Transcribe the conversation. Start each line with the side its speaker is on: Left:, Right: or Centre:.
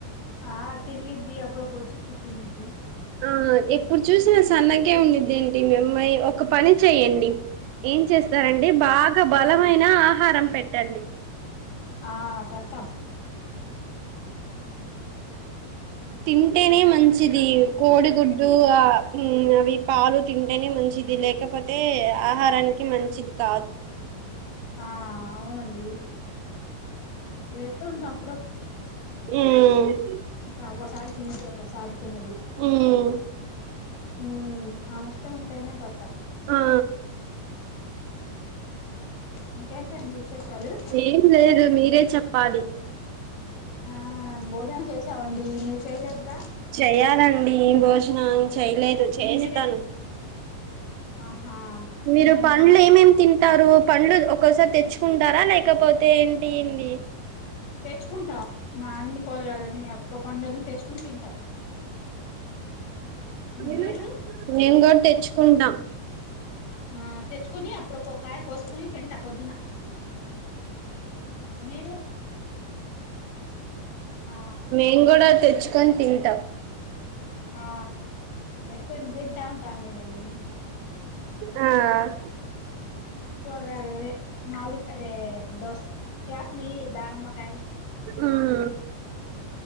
Left: ఆ తిరుగిద్ది పప్పుడుకు వచ్చి కు కూచునిధది <unintelligible>
Right: ఇ ఇప్పుడు చూసిన సన్నకే ఉండిది ఏంటి మీఅ మై ఒ ఒక పని చెయ్యండి ఏం చేస్తారంటే బాగా బలం అయినా ఆహారం పెట్టండి
Left: ఆ పెడ్తాం
Right: తింటనే మ మంచిది కోడిగుడ్డు ఆ మ్మ్ అవి పాలు తింటేనే మంచిది లేకపోతే ఆహారానికి మంచిది కాదు
Left: ఆ అవునండి వేస్తుంట అప్పుడప్పుడు
Right: మ్మ్
Left: ఆ ఓసారి తిన్నది ఒకసారి తినదు
Right: మ్
Left: మ్మ్ ఆమిష్ట ఉంటేనే పెడ్తా
Right: ఆ
Left: ఇంకేంటండి విశేషాలు
Right: ఏం లేదు మీరే చెప్పాలి
Left: ఆ భోజనం చేసామండి మీరు చేయలేదుగా
Right: చేయాలండి ఈరోజున చెయ్యలేదు చేస్తాను
Left: మీరే ఆహా
Right: మీరు
Left: మీ
Right: పండ్లు
Left: మీ నాన్న
Right: ఏమేం తింటారు పండ్లు ఒక్కోసారి తెచ్చుకుంటారా లేకపోతే ఏంటింది
Left: తెచ్చుకుంటాం మా అన్ని కూరగాయలని ప పండుల్ని తెచ్చుకుని తింటాం
Right: మ్మ్
Left: మీరు
Right: మేం కూడా తెచ్చుకుంటాం
Left: ఆ తెచ్చుకొని అప్పుడకోకాయ కోసుకొని తింట పొద్దున మీరు ఆ
Right: మేము కూడా తెచ్చుకొని తింటాం
Left: ఆ ఎక్కువ తింటా ఉంటాండి నేను
Right: ఆ
Left: కూరగాయలు అదే మామిడి అదే దోస యాప్లి దానిమ్మకాయలు
Right: మ్మ్